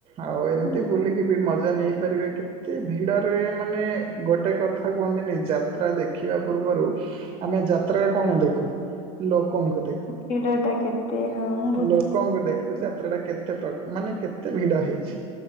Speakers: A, on the right (about 35°); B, on the left (about 45°).
A: ଆଉ ଏମତି
B: ହୁଁ।
A: ବୁଲିକି ବି ମଜା ନେଇ ପାରିବେ କେତେ ଭିଡରେ ମାନେ ଗୋଟେ କଥା କୁହନ୍ତିନି ଯାତ୍ରା ଦେଖିବା ପୂର୍ବରୁ ଆମେ ଯାତ୍ରାରେ କଣ ଦେଖୁ ଲୋକଙ୍କୁ ଦେଖୁ
B: ଭିଡ ଟା କେତେ ହଁ ମୁଁ ବୁଝିଛି
A: ଲୋ ତମକୁ ଦେଖୁ ଯାତ୍ରା ଟା କେତେ ପ୍ର ମାନେ କେତେ ଭିଡ ହେଇଛି।